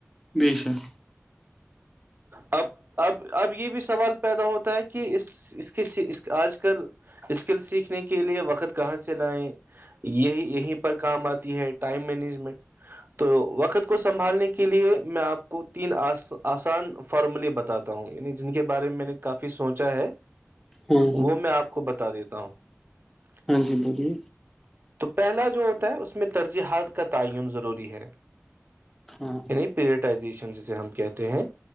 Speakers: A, in the centre; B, on the right (about 45°).
A: بے شک
B: اب اب اب یہ بھی سوال پیدا ہوتا ہے کہ اس اس آج کل اسکل سیکھنے کے لیے وقت کہاں سے لائیں یہی یہیں پر کام آتی ہے ٹائم مینجمنٹ تو وقت کو سنبھالنے کے لیے میں آپ کو تین آسان فارملیے بتاتا ہوں یعنی جن کے بارے میں میں نے کافی سوچا ہے
A: ہاں ہاں
B: وہ میں آپ کو بتا دیتا ہ کتاو <unintelligible>
A: ہاں جی بولیے
B: پہلا جو ہوتا ہے اس میں ترجیحات کا تعین ضروری ہے
A: ہاں
B: ان پییرڈ زیشن جسے ہم کہتے ہیں